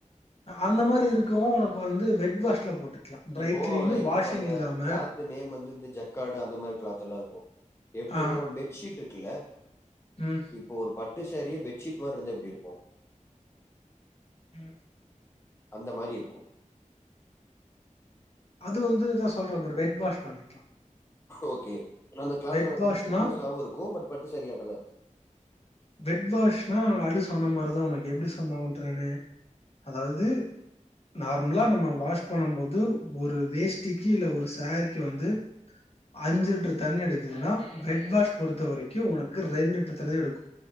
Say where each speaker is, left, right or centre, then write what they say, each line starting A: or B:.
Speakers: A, on the left (about 50°); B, on the left (about 20°).
A: அந்த மாரி இருக்கவு உனக்கு வந்து வெட்வாஸ்ல்ல போட்டுக்கலா ட்ரை
B: இப்போ
A: கிளீனு
B: லைக்
A: வாஷிங்
B: இப்போ அந்த
A: இல்லாம
B: கிளாத் நேம் வந்து இந்த ஜக்காடு அந்த மார் கிளாத் எல்லா இருக்கு எப்டி
A: ஆ
B: இருக்கும்னா பெட்ஷீட் இருக்குல்ல
A: ம்
B: இப்போ ஒரு பட்டு சேரியே பெட்ச்ஷீட் மார் இருந்தா எப்டி இருக்கு
A: ம்
B: அந்த மாரி இருக்கு
A: அது வந்து அதா சொல்ற பாரு வெட் வாஷ் பண்ணிக்கலா
B: ஓகே அந்த கிளாத்ல
A: வெட் வாஷ்னா
B: கொஞ்ச திக்னஸாவு இருக்கு பட் பட்டு சரியாட்ட தா இருக்கு
A: வெட் வாஷ்னா அது சொன்ன மார்தா உனக்கு எப்டி சொன்ன உண்ட நானு அதாவ்து நார்மலா நம்ம வாஷ் பண்ணு போது ஒரு வேஷ்ட்டிக்கு இல்ல ஒரு சாரிக்கு வந்து அஞ்சு லிட்டர் தண்ணி எடுக்குதுன்னா வெட் வாஷ் பொறுத்த வரைக்கு உனக்கு ரெண்டு லிட்டர் தண்ணி எடுக்கு